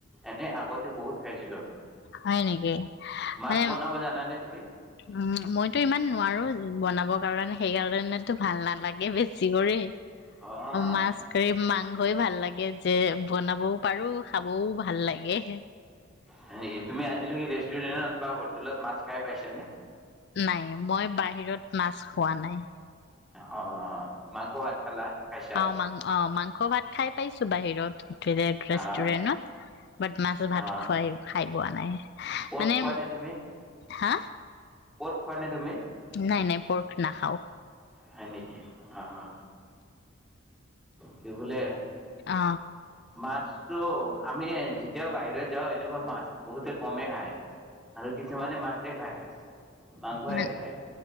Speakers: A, in the centre; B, on the left.
A: এনে আগতে বহুত খাইছিলো।
B: হয় নেকি
A: মাছ
B: মানে
A: বনাব জানানে তুমি
B: উম মইতো ইমান নোৱাৰো বনাব কাৰণে সেই কাৰণেতো ভাল নালাগে বেছি কৰি
A: অ হয়
B: মাছ কাৰি মাংস হৈ ভাল লাগে যে বনাবও পাৰো খাবও ভাল লাগে
A: হয় নেকি তুমি আজিলৈকে ৰেষ্টুৰেণ্টত বা হোটেলত মাছ খাই পাইছা নে
B: নাই মই বাহিৰত মাছ খোৱা নাই
A: অ মাংস ভাত খালা খাইছা
B: অ মাং অ মাংস ভাত খাই পাইছো বাহিৰত ৰেষ্টুৰেণ্টত
A: অ',
B: বাট মাছ ভাত
A: অ',
B: খুৱাই খাই পোৱা নাই
A: পৰ্ক
B: মানে।
A: খোৱা নে তুমি?
B: হা
A: পৰ্ক খোৱা নে তুমি
B: নাই, নাই। পৰ্ক নাখাও।
A: হয় নেকি? আহ কি বোলে
B: অ
A: মাছতো আমি যেতিয়াও বাহিৰত যাওঁ এনেকুৱা মাছ বহুতে কমে খায়। আৰু কিছুমানে মাছে খায়। মাংসই
B: ম
A: খায়।